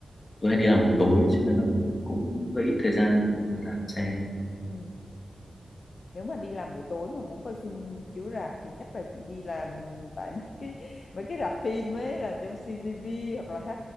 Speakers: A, on the left; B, on the left.
A: tôi hay đi làm buổi tối cho nên là cũng cũng hơi ít thời gian để đi ra rạp xem
B: Ừ. Nếu mà đi làm buổi tối mà muốn coi phim chiếu rạp thì chắc là chị đi làm tại mấy cái mấy cái rạp phim ấy là trong CGV hoặc là H